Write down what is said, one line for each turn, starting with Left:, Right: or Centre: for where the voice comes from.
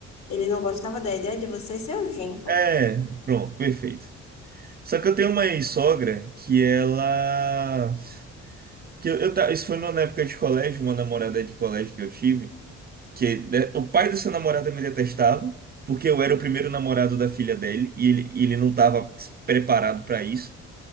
Left: Ele não gostava da ideia de você ser o genro.
Right: É, pronto, perfeito. Só que eu tenho uma ex-sogra que ela. Que eu, eu ta- isso foi numa época de colégio, uma namorada de colégio que eu tive. que né, o pai dessa namorada me detestava, porque eu era o primeiro namorado da filha dele e ele, e ele não estava preparado para isso.